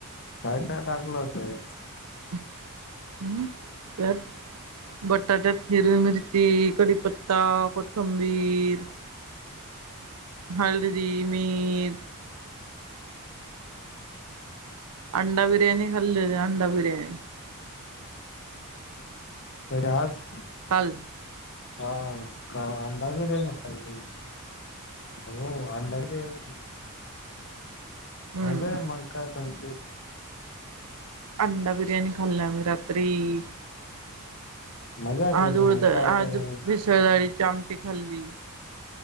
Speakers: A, on the left; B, on the right.
A: काय काय टाकलं होतय?
B: हम, तर. बटाट्यात हिरवी मिरची, कडीपत्ता, कोथंबीर. हलदी, मीट. अंडा बिर्याणी खाल्लेली अंडा बिर्याणी.
A: कधी आज?
B: काल.
A: हा काल अंडा बिर्याणी खाल्ली. हो अंडा बिर्याणी
B: हम्म
A: मजा हाय मग काय तुमची.
B: अंडा बिर्याणी खाल्ली आम्ही रात्री.
A: मजा
B: आज
A: केली
B: उळद
A: मग
B: आज
A: काय तुम्ही
B: भिसळडाळीची आमटी खाल्ली.